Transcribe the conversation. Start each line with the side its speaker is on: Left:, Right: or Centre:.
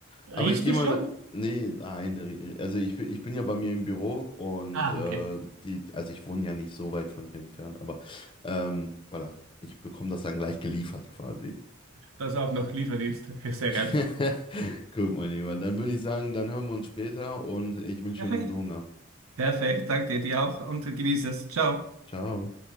Right: Riechst
Left: Aber ich gehe
Right: du
Left: mal.
Right: schon?
Left: Nee, nein, der Re- also ich, bin- ich bin ja bei mir im Büro und
Right: Ah,
Left: äh,
Right: okay.
Left: die, also ich wohne ja nicht so weit von hier entfernt, aber ähm, voilà, ich bekomme das dann gleich geliefert quasi.
Right: Das auch noch Lieferdienst. Sehr
Left: <laughs>
Right: geil.
Left: Guck mal, lieber. Dann würde ich sagen, dann hören wir uns später und ich wünsche
Right: Perfekt.
Left: dir einen guten Hunger.
Right: Perfekt. Danke dir, dir auch und genieße es. Ciao.
Left: Ciao.